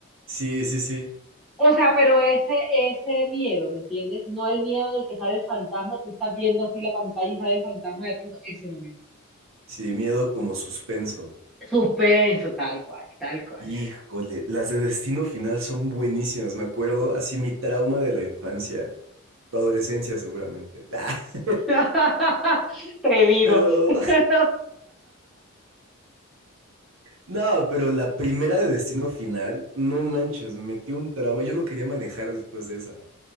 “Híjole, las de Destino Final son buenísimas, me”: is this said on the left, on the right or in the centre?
Right